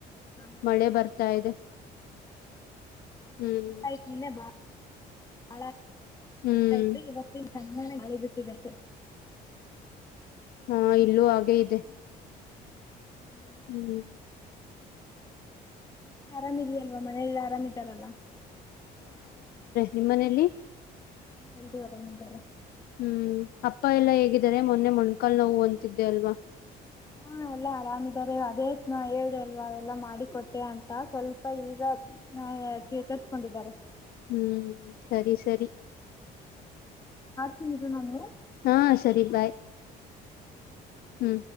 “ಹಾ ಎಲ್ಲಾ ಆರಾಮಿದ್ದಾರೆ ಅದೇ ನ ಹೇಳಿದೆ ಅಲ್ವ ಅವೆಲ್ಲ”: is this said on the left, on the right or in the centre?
Left